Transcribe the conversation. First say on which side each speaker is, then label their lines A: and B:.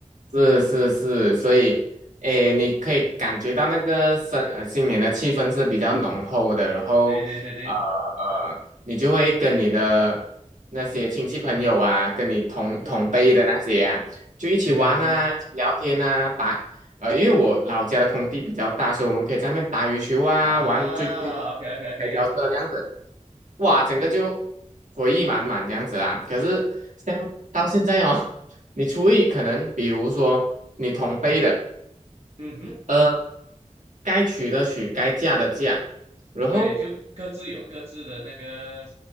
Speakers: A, on the right (about 75°); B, on the right (about 55°).
A: 是是是，所以，诶，你可以感觉到那个生呃新年的气氛是比较浓嗯厚的，然后，
B: 对对对对，
A: 呃呃，你就会跟你的那些亲戚朋友啊，跟你同同辈的那些啊，
B: 嗯哼，
A: 就一起玩啊，
B: 对对对对，
A: 一起聊天啊，打，呃，因为我老家的空地比较大，所以我们可以在那边打羽球啊，
B: 啊，OK
A: 玩追追
B: OK OK
A: 台球车这样子。
B: OK，
A: 哇，整个就回忆满满这样子啦。可是像到现在哦，<laughs> 你厨艺可能，比如说你同辈的，
B: 嗯哼，
A: 呃，该娶的娶，该嫁的嫁，然后，
B: 对，就各自有各自的那个